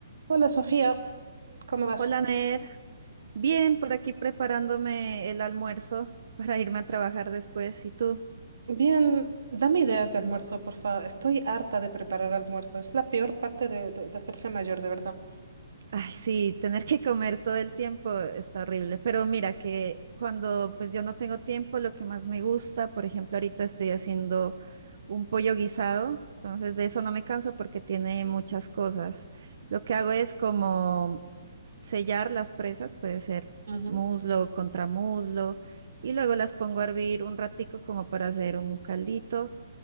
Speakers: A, on the right; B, on the right.
A: Hola Sofía, ¿cómo vas?
B: Hola, Ner. Bien, por aquí preparándome el almuerzo para irme a trabajar después. ¿Y tú?
A: Bien, dame ideas de almuerzo, porfa. Estoy harta de preparar almuerzo. Es la peor parte de, de- de hacerse mayor, de verdad.
B: Ay, sí, tener que comer todo el tiempo está horrible. Pero mira que cuando pues yo no tengo tiempo, lo que más me gusta, por ejemplo, ahorita estoy haciendo un pollo guisado, entonces de eso no me canso porque tiene muchas cosas. Lo que hago es como sellar las presas, puede ser
A: Ujú.
B: muslo, contramuslo, y luego las pongo a hervir un ratico como para hacer un caldito.